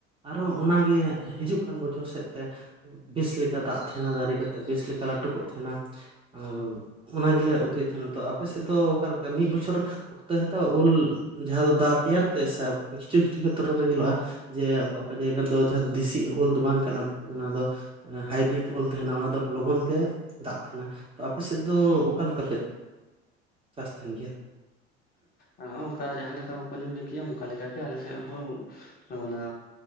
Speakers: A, on the right; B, on the left.
A: ᱟᱨᱦᱚ ᱚᱱᱟᱜᱮ ᱦᱤᱡᱩᱜ ᱠᱟᱱ ᱵᱚᱪᱷᱚᱨ ᱥᱮᱫ ᱛᱮ ᱵᱮᱥ ᱞᱮᱠᱟ ᱫᱟᱜ ᱛᱟᱦᱮᱱᱟ ᱫᱟᱨᱮ ᱠᱟᱛᱮᱫ ᱵᱮᱥ ᱞᱮᱠᱟ ᱞᱟᱹᱴᱩ ᱠᱚᱜ ᱛᱟᱦᱮᱱᱟ ᱟᱨ ᱚᱱᱟ ᱜᱮᱞᱮ ᱩᱛᱩᱭ ᱛᱟᱦᱮᱱᱟ ᱛᱚ ᱟᱯᱮ ᱥᱮᱫ ᱫᱚ ᱚᱠᱟᱞᱮᱠᱟ ᱢᱤᱫ ᱵᱚᱪᱷᱚᱨ ᱱᱚᱛᱮ ᱦᱚᱛᱚ ᱳᱞ ᱡᱟᱦᱟᱸ ᱫᱚ ᱫᱟ ᱛᱮᱭᱟᱨ ᱛᱮ ᱥᱮ ᱠᱤᱪᱷᱩ ᱠᱤᱪᱷᱩ ᱠᱷᱮᱛᱨᱚ ᱨᱮ ᱧᱮᱞᱚᱜᱼᱟ ᱡᱮ ᱚᱠᱟ ᱚᱠᱟ ᱡᱟᱭᱜᱟ ᱨᱮᱫᱚ ᱡᱟᱦᱟᱸ ᱫᱚ ᱫᱮᱥᱤ ᱳᱞ ᱫᱚ ᱵᱟᱝ ᱠᱟᱱᱟ ᱚᱱᱟ ᱫᱚ ᱦᱟᱭᱵᱨᱮᱴ ᱳᱞ ᱛᱟᱦᱮᱱᱟ ᱚᱱᱟ ᱫᱚ ᱞᱚᱜᱚᱱ ᱛᱮ ᱫᱟᱜ ᱛᱟᱦᱮᱱᱟ ᱛᱚ ᱟᱯᱮ ᱥᱮᱫ ᱫᱚ ᱚᱠᱟ ᱞᱮᱠᱟ ᱯᱮ ᱪᱟᱥᱛᱟᱦᱮᱱ ᱜᱮᱭᱟ
B: ᱮ ᱚᱱᱠᱟ ᱡᱟᱦᱟᱸ ᱞᱮᱠᱟ ᱵᱠᱚᱧ ᱮᱢ ᱞᱟᱹᱭ ᱠᱮᱜᱼᱟ ᱚᱱᱠᱟ ᱞᱮᱠᱟᱜᱮ ᱟᱞᱮᱥᱮᱫ ᱦᱚᱸ ᱦᱚᱸ ᱚᱱᱟ